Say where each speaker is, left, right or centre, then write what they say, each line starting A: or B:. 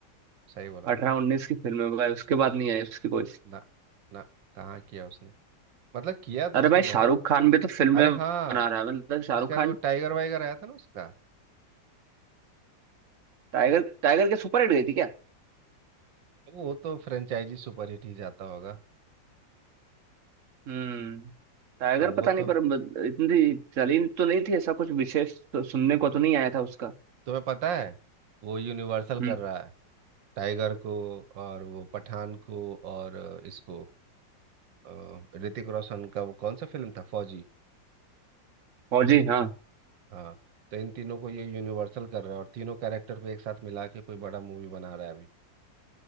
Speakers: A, on the right; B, on the right.
A: सही बोला तुमने
B: अठारह उन्नीस की फिल्म है भाई उसके बाद नहीं आई उसकी कोई
A: ना ना कहाँ किया उसने मतलब किया तो
B: अरे
A: उसने
B: भाई
A: बहुत
B: शाहरुख खान भी तो फिल्में
A: अरे हाँ
B: बना रहा है मतलब शाहरुख
A: उसके बाद
B: खान
A: वो टाइगर वाइगर आया था ना उसका
B: टाइगर टाइगर के सुपर हिट गई थी क्या
A: तो वो तो फ्रेंचाइजी सुपरहिट ही जाता होगा
B: हम्म टाइगर
A: अब वो
B: पता नहीं
A: तो
B: पर ब- इतनी चली तो नहीं थी ऐसा कुछ विशेष तो सुनने को तो नहीं आया था उसका
A: तुम्हें पता है वो यूनिवर्सल
B: हम्म
A: कर रहा है टाइगर को और वो पठान को और इसको अ, ऋतिक रोशन का वो कौन सा फिल्म था फौजी
B: फौजी हाँ
A: हाँ तो इन तीनों को ये यूनिवर्सल कर रहा है और तीनों कैरेक्टर को एक साथ मिला के कोई बड़ा मूवी बना रहा है अभी